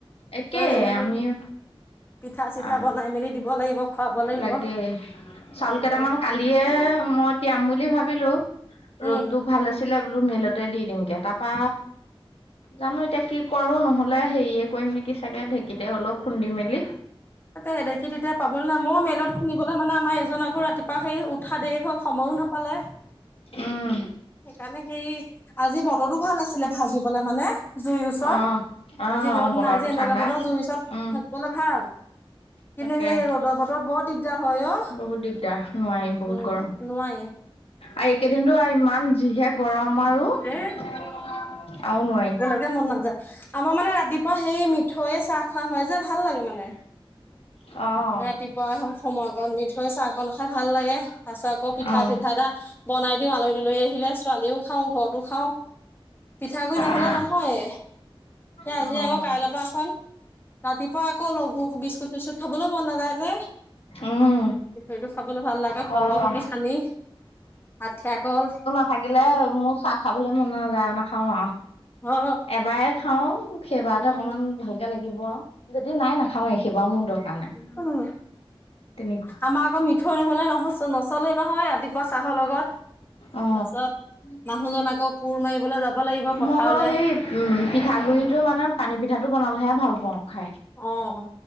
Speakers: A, on the left; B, on the left.
A: একে
B: আকৌ ৰোৱনী
A: আমিও
B: পিঠা চিঠা
A: আ,
B: বনাই মেলি দিব লাগিব খুৱাব লাগিব
A: লাগে। চাউল
B: সেইকাৰণে
A: কেইটামান কালি দিয়ে মই তিয়াম বুলি ভাবিলোঁ, ৰ'দটো
B: উম
A: ভাল আছিলে বোলো মেলইতে দি দিমগে। তাৰাপা জানো এতিয়া কি কৰো নহ'লে হেৰিয়ে কৰিম নেকি চাগে ঢেঁকীতে অলপ খুন্দি মেলি।
B: তাকে সে ঢেঁকীত এতিয়া পাবলে নাই। মই মেইলত খুনিবলে মানে আমাৰ এইজন আকৌ ৰাতিপুৱা সেই উঠা দেৰি হ'ল সময়ো না নাপালে।
A: উম।
B: সেইকাৰণে হেৰি আজি বতৰো ভাল আছিলে ভাজিবলে মানে জুইৰ ওচৰত।
A: অ অ
B: আজি ৰ'দ
A: অ বতৰটো
B: নাই যে এনেকুৱা
A: ঠাণ্ডা
B: বতৰত জই পিছত
A: উম
B: থাকিবলৈ ভাল।
A: তাকে
B: কিন্তু সেই ৰ'দৰ বতৰত বৰ দিগদাৰ হয় অ'।
A: বহুত দিগদাৰ নোৱাৰি বহুত
B: উম,
A: গৰম
B: নোৱাৰি।
A: আৰু এইকেইদিনতো ইমান যিহে গৰম আৰু।
B: এ
A: আৰু নোৱাৰি।
B: কে মন নাযায়। আমাৰ মানে ৰাতিপুৱা সেই মিঠায়ে চাহ খোৱা হয় যে ভাল লাগে মানে।
A: অ'।
B: ৰাতিপুৱা সময়কণ মিঠৈ চাহকণ খাই ভাল লাগে। তাৰপিছত আকৌ পিঠা
A: অ
B: চিঠা এটা বনাই দিওঁ আলহী তালহী আহিলে। ছোৱালীও খাওঁ ঘৰতো খাওঁ। পিঠাগুৰি নহ'লে
A: অ
B: নহয়ে।
A: উম
B: আজি আকৌ কাইলৈপা এখন ৰাতিপুৱা আকৌ লঘু বিস্কুট চিস্কুট খাবলৈ মন নাযায় যে।
A: উম
B: খাবলৈ ভাল লাগে,
A: হয়
B: কলহ
A: বাৰু
B: সুতে খানি আঠিয়া কল
A: থাকিলে মোৰ চাহ খাবলৈ মন নাযায় আৰু নাখাওঁ আৰু।
B: হয়
A: এবাৰে খাওঁ সেইবাৰতে
B: উম
A: অকমান ভালকে লাগিব আৰু। যদি নাই নাখাৱে, এইখেইবাৰ মোৰ দৰকাৰ নাই
B: হয়
A: তেনেকুৱা।
B: আমাৰ আকৌ মিঠৈ নহ'লে নহ-নচলেই নহয় ৰাতিপুৱা চাহৰ লগত। তাৰপাছত
A: অ
B: মানুহজন আকৌ কোৰ মাৰিবলৈ যাব লাগিব পথাৰলে।
A: মই বাৰু সেই উম, পিঠাগুৰিটো মানে পানী পিঠাটো বনালহে ভাল পাওঁ খাই।
B: অ'।